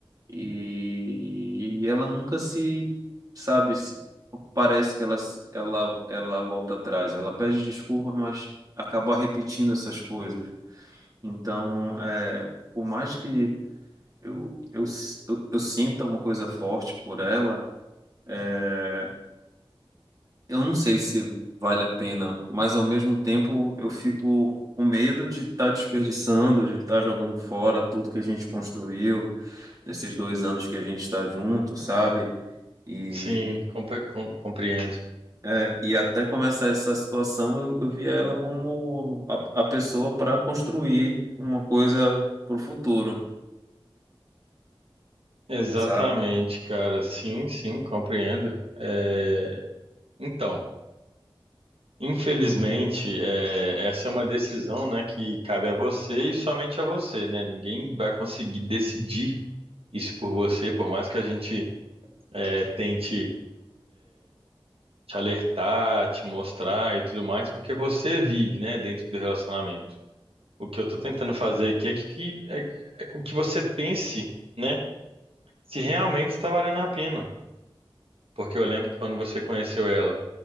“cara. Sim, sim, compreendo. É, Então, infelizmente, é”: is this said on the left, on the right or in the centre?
Right